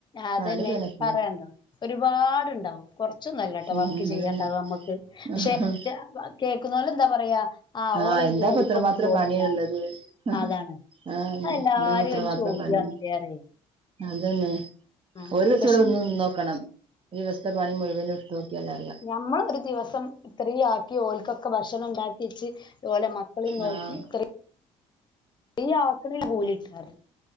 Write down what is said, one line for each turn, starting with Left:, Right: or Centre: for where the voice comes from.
Left: അതന്നെ
Right: പണി തന്നെ എപ്പളും
Left: പറയാണ്ടോ ഒരുപാടുണ്ടാവും കൊർച്ചൊന്നല്ലട്ട
Right: ഉം
Left: വർക്ക്
Right: ഉം
Left: ചെയ്യാണ്ടാവ നമ്മക്ക്
Right: അതന്നെ
Left: പക്ഷെ കേക്കുന്നോലെന്താ പറയാ ആ
Right: ആഹ്
Left: ഓള്
Right: എന്താപ്പത്രമാത്രം
Left: ജോലിക്കൊന്നും പോണില്ല
Right: പണിയിള്ളത് ആഹ് <unintelligible>
Left: അതാണ് അതെല്ലാരും
Right: എന്താപ്പത്ര
Left: ഒരു
Right: മാത്രം
Left: ചോദ്യാണല്ലേ
Right: പണി
Left: പറയും
Right: അതന്നെ
Left: ആ
Right: ഒരു ദിവസം
Left: പക്ഷെ
Right: വടെ വന്ന് നിന്നോക്കണം ഒരു ദിവസത്തെ പണി മുഴുവന് ഇട്ത്തൊട് <unintelligible>
Left: ഞമ്മളൊ ഒരു ദിവസം ഇത്രീയാക്കി ഓൽക്കൊക്കെ ഭക്ഷണം ഉണ്ടാക്കി വച്ച് ഓലെ മക്കളും നോക്കി
Right: ആഹ്
Left: ഇത്രേം ഈ ആക്കണൽ പോലി ഇട്ടാറ്